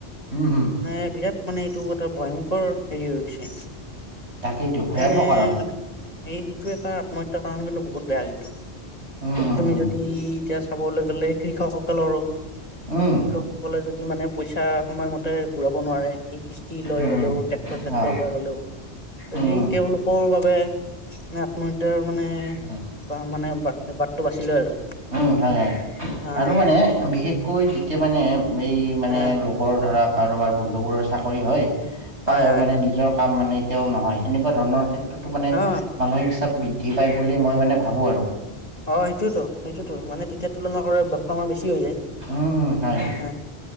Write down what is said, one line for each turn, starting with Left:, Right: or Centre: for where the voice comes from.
Right: হুম, হুম।
Left: মানে বিৰাট মানে এইটো এটা ভয়ংকৰ হেৰি হৈ গৈছে।
Right: তাকেইতো
Left: সেইকাৰণে
Right: ভয়াৱহ কাৰণ
Left: মানে এই সেইটোও এটা আত্মহত্যাৰ কাৰণ কিন্তু বহুত বেয়া কিন্তু
Right: উম
Left: ঠিক
Right: উম
Left: তুমি যদি <unintelligible> এতিয়া চাবলৈ গ'লে কৃষকসকলৰো
Right: উম
Left: কৃষক সকলে যদি মানে পইচা সময়মতে ঘূৰাব নোৱাৰে এই কিষ্টি <unintelligible> লৈ
Right: উম
Left: হ'লেও
Right: উম উম
Left: ট্ৰেক্টৰ চেক্টৰ
Right: অ
Left: লৈ হ'লেও ত'
Right: উম
Left: সেই তেওঁলোক <unintelligible> বাবে আত্মহত্যাৰ মানে
Right: উম উম
Left: বা মানে- বা ট - বাটটো বাচি লয় আৰু।
Right: উম, হয় হয়
Left: হা
Right: আৰু মানে বিশেষকৈ যেতিয়া মানে এই মানে
Left: হ
Right: লগৰ ধৰা কাৰোবাৰ বন্ধুবোৰৰ চাকৰি হয় পায়
Left: হয়
Right: আৰু
Left: হয়
Right: মানে
Left: হয়
Right: নিজক কাম মানে এতিয়াও নহয় সেনেকুৱা ধৰণৰ ক্ষেত্ৰতো মানে
Left: অ
Right: মানসিক চাপ বৃদ্ধি পায় বুলি মই মানে ভাবোঁ আৰু।
Left: অ সেইটোৱেইটো সেইটোতো মানে তেতিয়া তুলনা কৰাৰ <unintelligible> আমাৰ বেছি হৈ যায়।
Right: উম, উম হয়।
Left: হ